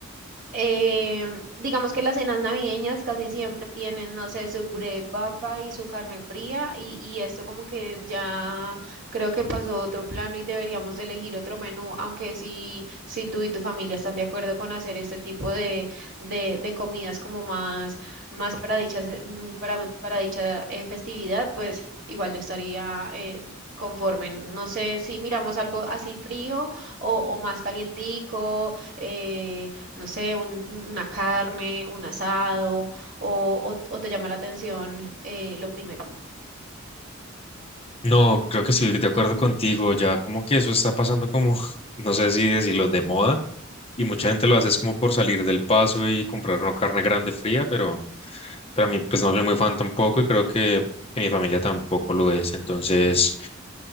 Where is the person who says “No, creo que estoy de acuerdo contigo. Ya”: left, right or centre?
Left